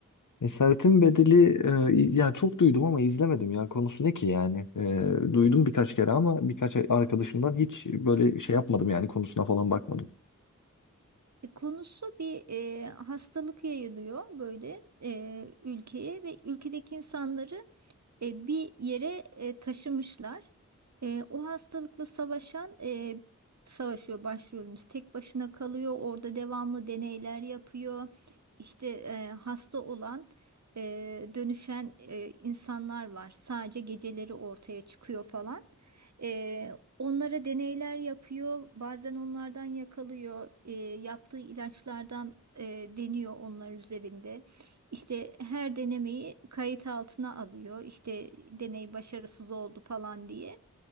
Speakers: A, on the left; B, on the right.
A: Esaretin Bedeli e, ya çok duydum ama izlemedim ya. Konusu ne ki yani? E, duydum birkaç kere ama birkaç arkadaşımdan hiç böyle şey yapmadım yani konusuna falan bakmadım.
B: E, konusu bir e, hastalık yayılıyor böyle e, ülkeye ve ülkedeki insanları e, bir yere e, taşımışlar. E, o hastalıkla savaşan e, savaşıyor başrolümüz. Tek başına kalıyor. Orada devamlı deneyler yapıyor. İşte e, hasta olan e, dönüşen e, insanlar var. Sadece geceleri ortaya çıkıyor falan. E, onlara deneyler yapıyor. Bazen onlardan yakalıyor. E, yaptığı ilaçlardan e, deniyor onlar üzerinde. İşte her denemeyi kayıt altına alıyor. İşte deney başarısız oldu falan diye.